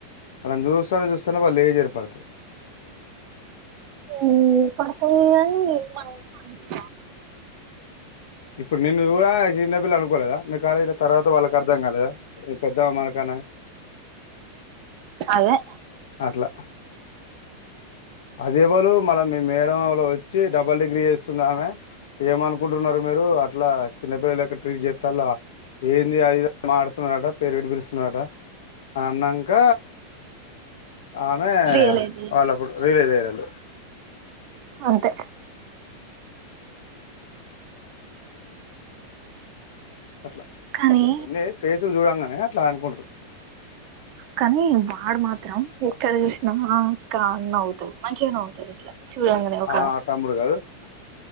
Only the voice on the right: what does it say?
మ్.. పడుతుంది గాని మనం వి
అదే
రియలైజ్ అయ్యిండు
అంతే
కానీ
కానీ వాడు మాత్రం ఎక్కడ చూసినా ఆ అక్క అని నవ్వుతాడు మంచిగ నవ్వుతాడు ఇట్లా చూడంగానే ఒకా